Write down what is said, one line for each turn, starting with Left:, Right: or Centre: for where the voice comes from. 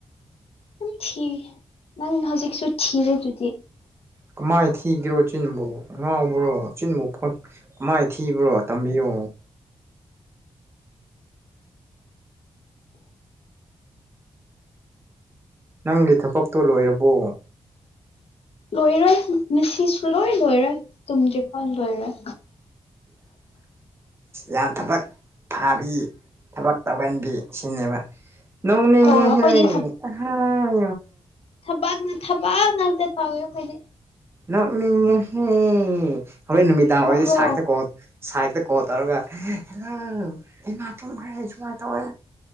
Left: ꯑꯗꯨꯝ ꯊꯤꯔꯤ ꯅꯪ ꯍꯧꯖꯤꯛꯁꯨ ꯊꯤꯔꯦꯗꯨꯗꯤ
Right: ꯀꯃꯥꯏꯅ ꯊꯤꯒꯔꯣ ꯏꯆꯤꯟꯕꯨꯥꯎ ꯉꯥꯎꯕ꯭ꯔꯣ ꯆꯆꯤꯟꯕꯥꯎ ꯃꯥꯏ ꯊꯤꯕ꯭ꯔꯣ ꯇꯝꯕꯤꯌꯣ ꯅꯪꯒꯤ ꯊꯕꯛꯇꯣ ꯂꯣꯏꯔꯕꯣ
Left: ꯂꯣꯏꯔꯣꯏ ꯉꯁꯤꯁꯨ ꯂꯣꯏ ꯂꯣꯏꯔꯣꯏ ꯇꯨꯡꯗ꯭ꯔꯤꯐꯥꯎ ꯂꯣꯏꯔꯣꯏ
Right: ꯌꯥꯝ ꯊꯕꯛ ꯐꯥꯕꯤ ꯊꯕꯛ ꯇꯧꯒꯟꯕꯤ ꯁꯤꯅꯦꯕ ꯅꯣꯡ ꯅꯅꯦꯍꯩ
Left: ꯍꯣ ꯑꯩꯈꯣꯏꯗꯤ
Right: ꯑꯍꯥꯏ
Left: ꯊꯕꯅ ꯊꯕꯛꯅꯦꯛꯇ ꯇꯥꯎꯋꯦ ꯑꯩꯈꯣꯏꯗꯤ
Right: ꯅꯥꯡꯉꯦꯍꯦ ꯍꯣꯔꯦꯟ ꯅꯨꯃꯤꯗꯥꯡ
Left: ꯅꯣꯛꯔꯣ
Right: ꯑꯣꯏꯁꯦ ꯁꯥꯏꯇ ꯀꯣ ꯁꯥꯏꯗꯠꯇ ꯀꯣꯜ ꯇꯧꯔꯒ ꯍꯪ ꯏꯃꯥ ꯇꯨꯝꯈ꯭ꯔꯦ ꯁꯨꯃꯥꯏꯅ ꯇꯧꯋꯦ